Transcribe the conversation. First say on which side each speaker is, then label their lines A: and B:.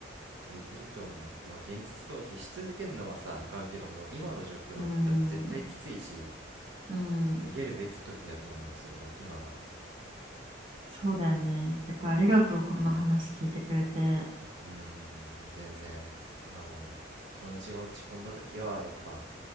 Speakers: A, on the right; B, on the right.
A: え、いいと思う。まあ、現実逃避し続けるのはさ、あかんけども、今の状況は多分絶対きついし、
B: うん。うん。
A: 逃げるべき時やと思う、それが、今が。
B: そうだよね。だからありがとう、
A: うん、
B: こんな話聞いてくれて。
A: うーん全然、あの、気持ちが落ち込んだ時は、やっぱ、